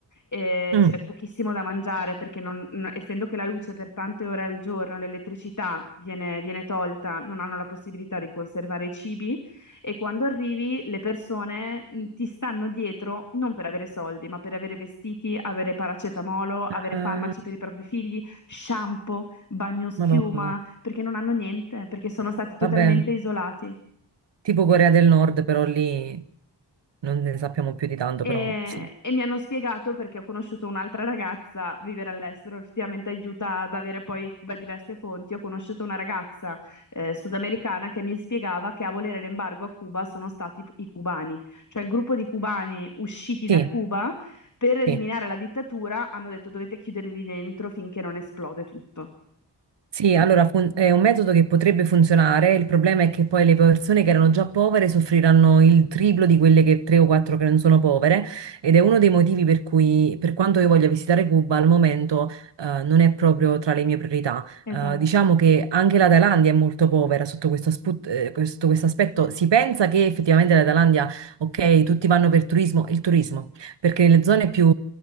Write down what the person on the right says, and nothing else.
Mm.
Eh,
Madonna.
Vabbè,
tipo
Corea del Nord, però lì non ne sappiamo più di tanto,
però sì.
Sì,
sì.
Sì, allora fun- è un metodo che potrebbe funzionare, il problema è che poi le persone che erano già povere soffriranno il triplo di quelle che tre o quattro che non sono povere ed è uno dei motivi per cui, per quanto io voglia visitare Cuba, al momento eh, non è proprio tra le mie priorità.
Eh, diciamo che anche la Thailandia è molto povera sotto questo, aspu- eh, questo- questo aspetto. Si pensa che effettivamente la Thailandia, ok, tutti vanno per turismo, il turismo, perché nelle zone più,